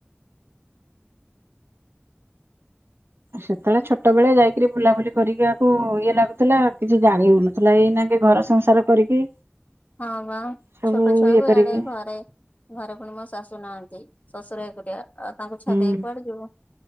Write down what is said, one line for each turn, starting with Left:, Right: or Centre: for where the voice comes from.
Right: ସେତେବେଳେ ଛୋଟ ବେଳେ ଯାଇକିରି ବୁଲାବୁଲି କରିବାକୁ ଇଏ ଲାଗୁଥିଲା, କିଛି ଜାଣି ହଉନି। ଥିଲା, ଏଇନା କେ ଘର ସଂସାର କରିକି
Left: ହଁ ବା,
Right: ସବୁ
Left: ଛୋଟ ଛୁଆ
Right: ଇଏ
Left: କୁ
Right: କରିକି
Left: ଇଆଡେ ଘରେ ଘରେ ପୁଣି ମୋ ଶାଶୁ ନାହାନ୍ତି, ଶ୍ୱଶୁର ଏକୁଟିଆ, ଆଉ ତାଙ୍କୁ
Right: ହୁଁ
Left: ଛାଡି ଦେଇ କୁଆଡେ ଯିବୁ।